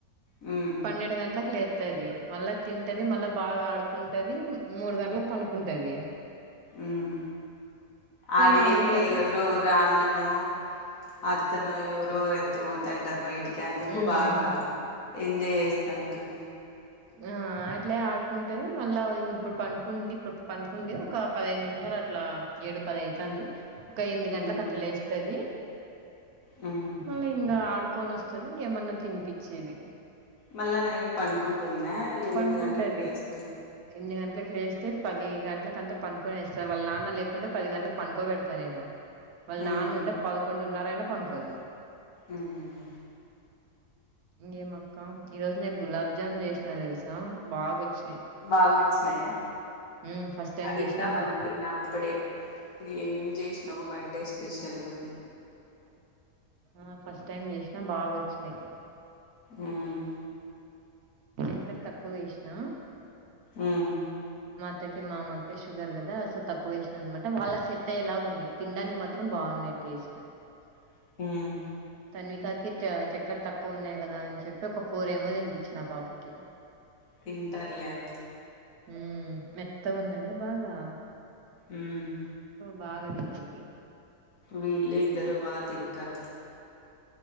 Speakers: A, on the left (about 60°); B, on the right (about 70°).
A: హ్మ్.
B: పన్నెండు గంటలలకు లే తది మళ్ళా తింటది మళ్ళా బాగా ఆడుకుంటది మూడు గంటలకు పండుకుంటది
A: ఉమ్ ఆడేంలే
B: నాలుగున్నర
A: ఎవరో ఊరో అన్ననో అత్తనో ఎవరు ఎవరో ఎత్త పోతంటారు బయటికి అందుకు
B: ఉమ్
A: బాగా ఎంజాయ్ చేస్తాంటుంది
B: ఆ అట్లా ఆడుకుంటది మళ్ళాం ఇప్పుడు పండుకుంది ఇప్పుడు పండుకుంది ఒక పదహైదు నిమిషాలు అట్లా ఏడు పది అయితుంది
A: హ్మ్.
B: ఒక ఎనిమిది
A: హ్మ్.
B: గంటలకు అట్లా లేస్తది
A: హ్మ్.
B: మళ్ళీ ఇంకా ఆడుకొని వస్తది ఇంకేమన్నా తినిపించేది
A: మళ్ళా నైట్ పండుకుంటుందా ఎనిమిది
B: పనుకుంటది
A: గంటలకి లేస్తే
B: ఎనిమిది గంటలకు లేస్తే పది గంటలకు అంతా పండుకొని వస్తారు వాళ్ళ నాన్న లేకుంటే పది గంటలకు పండుకోబెడతా నేను వాళ్ళు
A: హ్మ్.
B: నాన్న ఉంటే పదకొండు న్నారాయినా పనుకోదు
A: ఉమ్
B: ఇంగేమక్క ఈరోజు నేను గులాబ్జామున్ చేసినా దెలుసా బాగా వచ్
A: బాగ వచ్చినయా
B: మ్మ్ ఫస్ట్ టైం
A: అడుగుదాం
B: చేసినా అబ్బా
A: అనుకున్న అప్పుడే ఏం జేసినవ్ బర్డే స్పెషల్ అని
B: ఆ ఫస్ట్ టైమ్ జేసినా బాగొచ్చినయ్
A: ఉమ్
B: చక్కర తక్కువ యేసినా
A: ఉమ్
B: అత్తకి మామకి షుగర్ గదా సో తక్కువేసినా అన్నమాట వాళ్ళకి సెట్ అయ్యేలాగా ఉన్నాయి తినడానికి మాత్రం బాగున్నాయి టేస్ట్
A: అ <inaudible> ఉమ్
B: తన్వికాకి చక్కెర్ తక్కువ ఉన్నాయి గదా అని చెప్పి ఒక ఫోర్ ఏమో తినిపిచిన పాపకి
A: తింటారులే అవి
B: ఉమ్ మెత్తగున్నాయ బాగా
A: ఉమ్
B: బాగాదిగింది
A: వీళ్ళే ఇద్దరు బాగా తింటారు